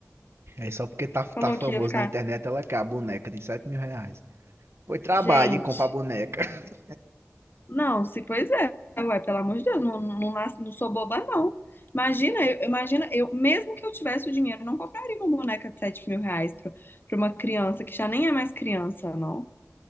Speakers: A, on the right (about 60°); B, on the left (about 45°).
A: é só porque tá, tá
B: Falou
A: famoso
B: que ia ficar,
A: na internet, ela quer a boneca de sete mil reais. Foi trabalho
B: gente,
A: e compra a boneca. <laughs>
B: Não, se pois é, ué, pelo amor de Deus, não, não, nasce- não sou boba, não. Imagina, eu, imagina, eu, mesmo que eu tivesse o dinheiro, eu não compraria uma boneca de sete mil reais pra, pra uma criança que já nem é mais criança, não.